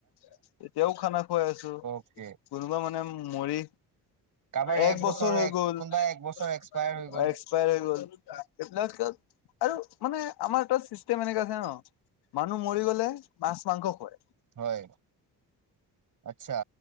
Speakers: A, on the left; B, on the right.
A: তেতিয়াও খানা খুৱাই আছোঁ।
B: তাকে।
A: কোনোবা মানে মৰি
B: কাৰোবাৰ
A: এক বছৰ হৈ গ'ল,
B: কোনোবা এক বছৰ
A: এক্সপায়াৰ
B: হৈ গ'ল
A: হৈ গ'ল। এইবিলাক আৰু মানে আমাৰ তাত চিষ্টেম এনেকা আছে ন মানুহ মৰি গ'লে মাছ-মাংস খুৱাই।
B: হয়। আচ্ছা